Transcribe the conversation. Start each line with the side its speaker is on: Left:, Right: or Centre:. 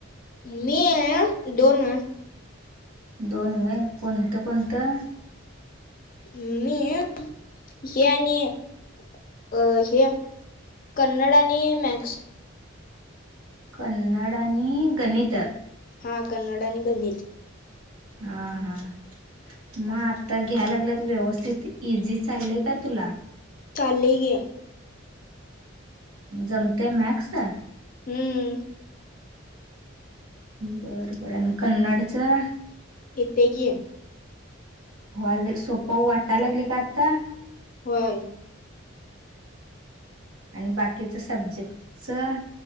Left: मी आहे दोन.
Right: दोन म कोणतं कोणतं?
Left: मी हे. अ हे कन्नड आणि मॅक्स
Right: कन्नड आणि आणि गणित
Left: हा कन्ड आणि गणित
Right: हा हां. मग आता घ्याय लागल्या तर व्यवस्थित इझी चाललय काय तुला?
Left: चालेही ग.
Right: जमते मॅक्स
Left: हम्म.
Right: बर बर आणि कन्नडचं.
Left: इथ की आहे.
Right: होले सोपं वाटायला लागले का आत्ता
Left: होय.
Right: आणि बाकीचं सब्जेक्टचं